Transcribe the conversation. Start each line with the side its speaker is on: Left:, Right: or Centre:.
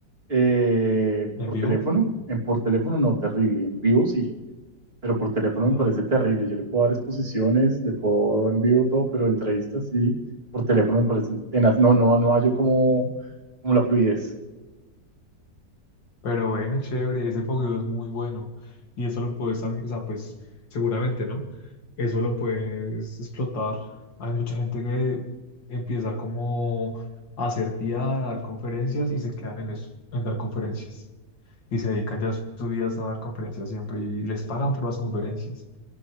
Right: eh, por
Left: En vivo,
Right: teléfono. En por teléfono no, terrible. En vivo sí, pero por teléfono
Left: Ah,
Right: me parece terrible. Yo le puedo dar exposiciones, le puedo en vivo todo, pero entrevistas sí. Por teléfono me parecen tenaz. No, no, no hallo como, como la fluidez.
Left: Pero bueno, chévere, ese fogueo es muy bueno y eso lo puedes, tam- o sea, pues seguramente, ¿no? Eso lo puedes explotar. Hay mucha gente que empieza como a hacer PR, a dar conferencias y se quedan en eso, en dar conferencias. Y se dedican ya sus vidas a dar conferencias siempre y les pagan por las conferencias.